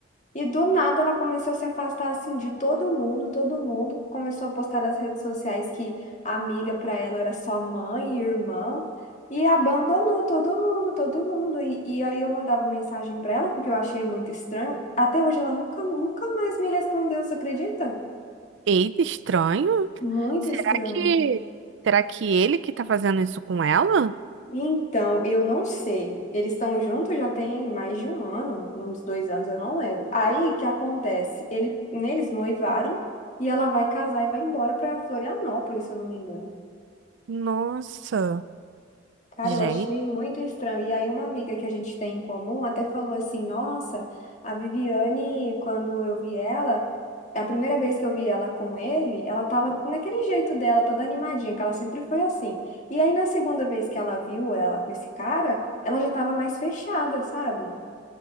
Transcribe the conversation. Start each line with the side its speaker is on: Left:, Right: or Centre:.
Left: E do nada ela começou a se afastar assim de todo mundo, todo mundo começou a postar nas redes sociais que a amiga para ela era só mãe e irmã e abandonou todo mundo, todo mundo. E, e aí eu mandava mensagem para ela porque eu achei muito estranho. Até hoje ela nunca, nunca mais me respondeu, você acredita?
Right: eita, estranho.
Left: Muito
Right: Será
Left: estranho.
Right: que será que ele que tá fazendo isso com ela?
Left: Então, eu não sei. Eles estão juntos já tem mais de um ano, uns dois anos, eu não lembro. Aí, o que acontece? Ele, eles noivaram e ela vai casar e vai embora para Florianópolis, se eu não me engano.
Right: Nossa,
Left: Cara,
Right: gente.
Left: eu achei muito estranho. E aí, uma amiga que a gente tem em comum até falou assim: Nossa, a Viviane, quando eu vi ela, a primeira vez que eu vi ela com ele, ela tava naquele jeito dela, toda animadinha, que ela sempre foi assim. E aí, na segunda vez que ela viu ela com esse cara, ela já tava mais fechada, sabe?